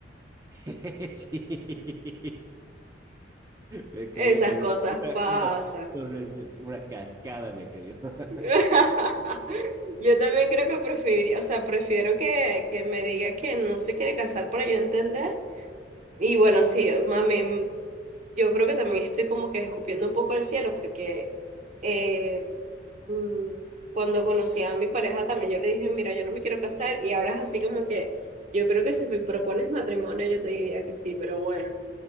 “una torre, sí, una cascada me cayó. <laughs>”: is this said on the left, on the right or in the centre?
Right